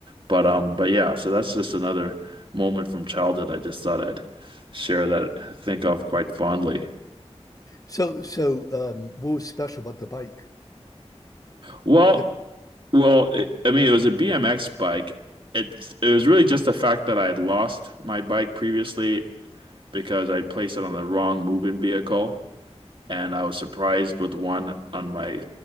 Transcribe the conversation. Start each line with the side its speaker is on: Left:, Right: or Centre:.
Right: But um, but yeah, so that's just another moment from childhood. I just thought I'd share that I think of quite fondly.
Left: So so um, what was special about the bike?
Right: Well,
Left: That
Right: well, it, I mean, it was a BMX bike. It's it was really just the fact that I had lost my bike previously because I placed it on the wrong moving vehicle, and I was surprised with one on my,